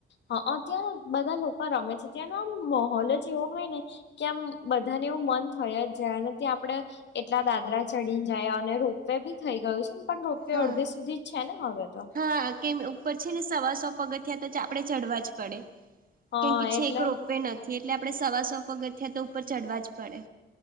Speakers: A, on the left (about 65°); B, on the right (about 45°).
A: હ અ ત્યાં બધા લોકો રમે છે ત્યાંનો આમ માહોલ જ એવો હોય ને કે આમ બધાને એવું મન થય જાય ને ત્યા આપણે. એટલા દાદરા ચડીને જયા અને રોપવેે બી થઈ ગયું છે. પણ રોપ વે
B: હા
A: અડધી સુધી જ છે ને હવે તો.
B: હા કે ઉપર છે ને સવા સો પગથીયાં તો આપડે ચઢવા જ પડે.
A: હા
B: કેમ કે
A: એટલે
B: છેક રોપ વે નથી એટલે આપડણે સવા સો પગથીયાં તો ઉપર ચડવા જ પડે.